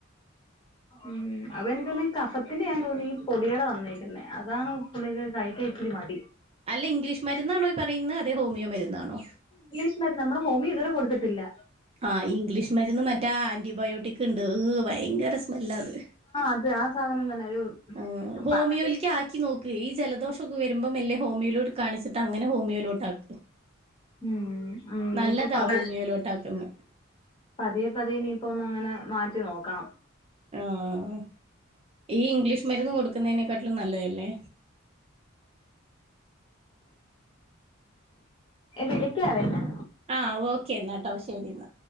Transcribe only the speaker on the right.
അല്ല ഇംഗ്ലീഷ് മരുന്നാണോ ഈ പറയുന്നത് അതെ ഹോമിയോ മരുന്നാണോ
ആഹ് ഇംഗ്ലീഷ് മരുന്ന് മറ്റേ ആന്റിബയോട്ടിക്ക് ഉണ്ട് ഭയങ്കര സ്മെല്ലാ അത്
ഉ ഹോമിയോേക്ക്
ആ ക്കി നോക്ക് ഈ ജലദോഷം ഒക്കെ വരുമ്പം മല്ലെ ഹോമിയോലോട്ട് കാണിച്ചിട്ട് അനെ ഹോമിയോലോട്ട് ആക്ക്
നല്ലതാ
ഹോമിയോയിലോട്ടാക്കുന്നെ
ആഹ് ഈ ഇംഗ്ലീഷ് മരുന്ന് കൊടുക്കുന്നതിനെക്കാട്ടിലും നല്ലതല്ലേ
ആഹ്ഓക്കൊ അന്നാട്ടോ ശരി എന്ന